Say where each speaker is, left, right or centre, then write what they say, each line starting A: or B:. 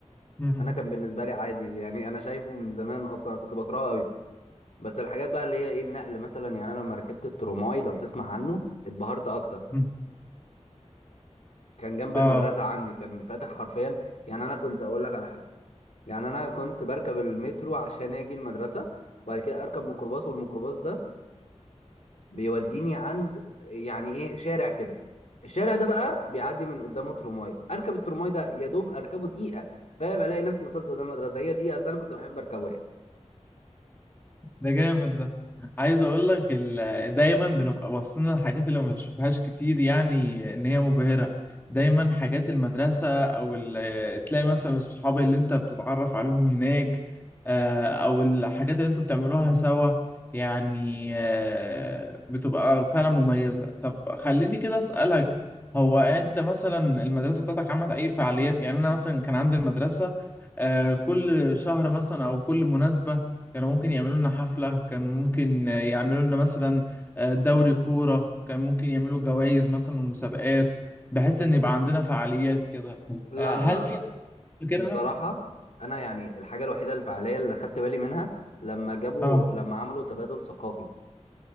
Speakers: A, on the left (about 15°); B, on the left (about 70°).
A: مم.
B: أنا كان بالنسبة لي عادي يعني أنا شايفه من زمان أصلا كنت بكرهه قوي بس الحاجات بقى اللي هي إيه النقل مثلا يعني أنا لما ركبت التروماي لو تسمع عنه اتبهرت أكتر
A: مم.
B: كان جنب
A: آه
B: المدرسة عندي كان فاتح حرفيا يعني أنا كنت أقول لك على حاجة يعني أنا كنت بركب المترو عشان أجي المدرسة وبعد كده أركب ميكروباص والميكروباص ده بيوديني عند يعني إيه شارع كده الشارع ده بقى بيعدي من قدامه ترماي أركب الترماي ده يا دوب أركبه دقيقة فاهم ألاقي نفسي وصلت قدام المدرسة هي دقيقة أصل أنا كنت بحب أركبه يعني
A: ده جامد ده عايز اقول لك ال- دايما بنبقى باصين للحاجات اللي ما بنشوفهاش كتير يعني ان هي مبهرة دايما حاجات المدرسة او ال- تلاقي مثلا الصحاب اللي انت بتتعرف عليهم هناك آه، او الحاجات اللي انتوا بتعملوها سوا يعني آه، بتبقى فعلا مميزة طب خليني كده اسألك هو انت مثلا المدرسة بتاعتك عملت اي فعاليات يعني انا مثلا كان عندي المدرسة آه، كل شهر مثلا او كل مناسبة كانوا ممكن يعملوا لنا حفلة كان ممكن يعملوا لنا مثلا آه، دوري كورة كان ممكن يعملوا جوائز مثلا ومسابقات بحيث ان يبقى عندنا فعاليات كده
B: لا
A: آه، هل
B: لا
A: في
B: لا
A: حاجة فاكرها؟
B: بصراحة أنا يعني الحاجة الوحيدة الفعالية اللي خدت بالي منها لما جابوا
A: اه
B: لما عملوا تبادل ثقافي